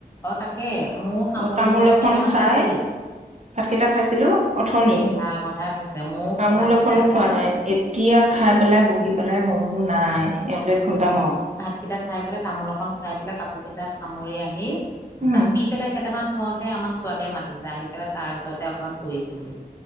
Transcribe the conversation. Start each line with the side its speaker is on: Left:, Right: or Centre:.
Left: অ' তাকে মউ সামৰি
Right: তামোল
Left: পেলাই
Right: এখন
Left: কেটামান
Right: খাই
Left: জাপিলো।
Right: ভাতকেইটা খাইছিলো অথনি
Left: আপুনি ভাল কথা কৈছে ময়ো
Right: তামোল
Left: ভাতকেইটা
Right: এখনো
Left: খাই
Right: খোৱা নাই এতিয়া। খাই পেলাই বহি পেলাই মই বোলো নাই এওঁকে ফোন এটা মাৰো।
Left: কেইটা খাই পেলাই, তামোল অকন খাই পেলাই, কাপোৰ কেইটা সামৰি আহি
Right: উম
Left: জাপি পেলাই কেইটামান প্ৰথমতে আমাৰ ছোৱালীয়ে মাতিছে, আহি পেলাই তাই ওচৰতে অকণমান পৰিছোহি।